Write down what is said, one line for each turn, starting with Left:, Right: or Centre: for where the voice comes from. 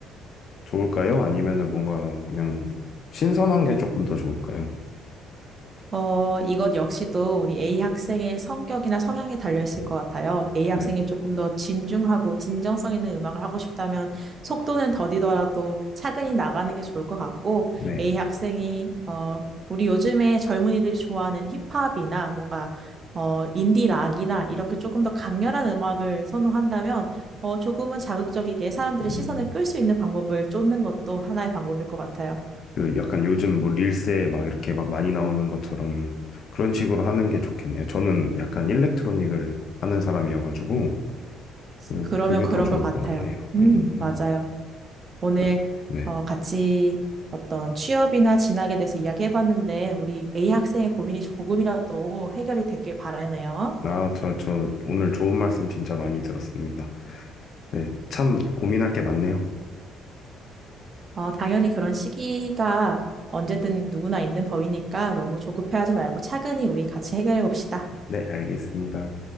Left: 좋을까요? 아니면은 뭔가 그냥 신선한 게 조금 더 좋을까요?
Right: 어, 이것 역시도 우리 A 학생의 성격이나 성향에 달려있을 것 같아요. A 학생이
Left: 네,
Right: 조금 더 진중하고 진정성 있는 음악을 하고 싶다면 속도는 더디더라도 차근히 나가는 게 좋을 것 같고,
Left: 네.
Right: A 학생이, 어, 우리 요즘에 젊은이들이 좋아하는 힙합이나 뭔가, 어, 인디 락이나 이렇게 조금 더 강렬한 음악을 선호한다면, 어, 조금은 자극적이게 사람들의
Left: 음,
Right: 시선을 끌 수 있는 방법을 쫓는 것도 하나의 방법일 것 같아요.
Left: 그 약간 요즘 뭐 릴스에 막 이렇게 막 많이 나오는 것처럼 그런 식으로 하는 게 좋겠네요. 저는 약간 일렉트로닉을 하는 사람이어가지고 그리고
Right: 그러면
Left: 그게
Right: 그럴
Left: 더 좋을
Right: 것 같아요.
Left: 것 같네요.
Right: 음,
Left: 음,
Right: 맞아요. 오늘
Left: 아, 네.
Right: 어, 같이 어떤 취업이나 진학에 대해서 이야기해봤는데 우리 A 학생의 고민이 조금이라도 해결이 됐길 바라네요.
Left: 아, 저, 저 오늘 좋은 말씀 진짜 많이 들었습니다. 네, 참 고민할 게 많네요.
Right: 어, 당연히 그런 시기가 언제든 누구나 있는 법이니까 너무 조급해하지 말고 차근히 우리 같이 해결해 봅시다.
Left: 네, 알겠습니다.